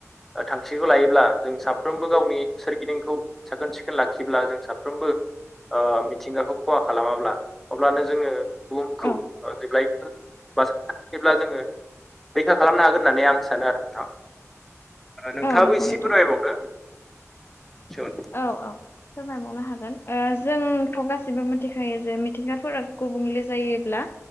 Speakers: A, in the centre; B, on the left (about 45°).
A: ओ थांखिखौ लायोब्ला जों साफ्रोमबो गावनि सोरगिदिंखौ साखोन-सिखोन लाखिब्ला जों साफ्रोमबो ओ मिथिंगाखौ ख'हा खालामाब्ला अब्लानो जोङो बुहुमखौ
B: औ
A: ओ जेब्लायबो ब्ला जोङो रैखा खालामनो हागोन होननानै आं सानो आरो नोंथां नोंथाङाबो
B: औ नंगौ
A: एसे
B: नोंथां
A: फोरमायबावदो सो
B: औ औ फोरमायबावनो हागोन ओ जोंथ' गासिबो मोनथिखायो जे मिथिंगाफोरा गुबुंले जायोब्ला